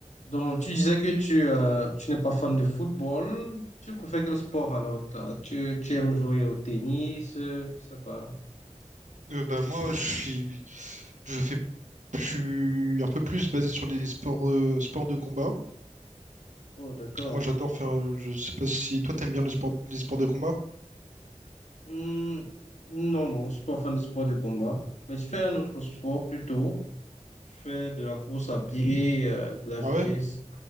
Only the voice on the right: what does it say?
Euh, bah moi je suis je fais je suis un peu plus basé sur les sports euh, sports de combat.
Moi j'adore faire euh, je sais pas si toi t'aimes bien le sport les sports de combat.
Ah
ouais?